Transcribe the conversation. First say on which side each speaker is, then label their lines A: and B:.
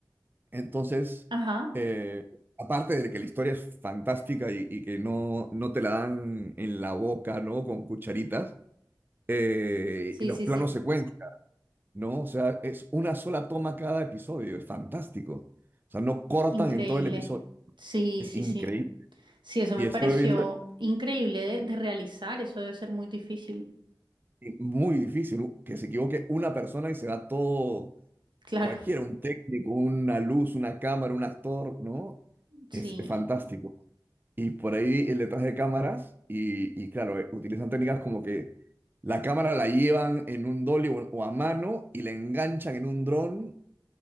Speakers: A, on the right; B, on the right.
A: Entonces,
B: Ajá.
A: eh, aparte de que la historia es fantástica y, y que no, no te la dan en la boca, ¿no? Con cucharitas, eh,
B: Sí,
A: los
B: sí,
A: planos
B: sí.
A: secuencia, ¿no? O sea, es una sola toma cada episodio, es fantástico. O sea, no cortan
B: Increíble.
A: en todo el episodio,
B: Sí,
A: es
B: sí,
A: increíble.
B: sí. Sí, eso
A: Y
B: me
A: estuve
B: pareció
A: viendo,
B: increíble de, de realizar. Eso debe ser muy difícil.
A: y muy difícil que se equivoque una persona y se da todo,
B: Claro,
A: cualquiera, un técnico, una luz, una cámara, un actor, ¿no?
B: sí.
A: es fantástico. Y por ahí el detrás de cámaras, y, y claro, eh, utilizan técnicas como que la cámara la llevan en un dolly o, o a mano y la enganchan en un dron